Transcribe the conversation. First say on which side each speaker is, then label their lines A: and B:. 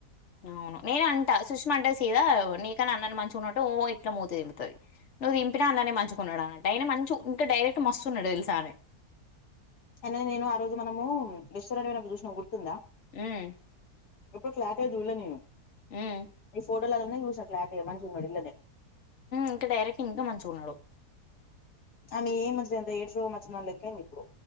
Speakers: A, on the left; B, on the left.
A: అవును నేను అంట సుష్మా అంటే సీదా నీకాని అన్నని మంచిగున్నట్టు ఓ ఇట్లా మూతి తిప్పుతది నువ్వు తింపిన అన్ననే మంచి గున్నడనంటే ఆయన మంచి ఇంకా డైరెక్ట్ మస్తున్నాడు తెలుసా అనే
B: అది నేను ఆ రోజు మనము రెస్టారెంట్ పోయినప్పుడు చూసినవు గు కింద
A: హ్మ్
B: ఇప్పుడు క్లారిటీగా చూలే నేను
A: హ్మ్
B: న ఫోటో లల్లనే చూసిన క్లారిటీగా మంచి ఉన్నడు ఇళ్లనే
A: ఇంకా డైరెక్ట్ ఇంకా మంచి ఉన్నాడు
B: ఆమె ఏం మంచి లేదంత ఎయిడ్స్ రోగం మంచి దాన్లెక్క అయింది ఇప్పుడు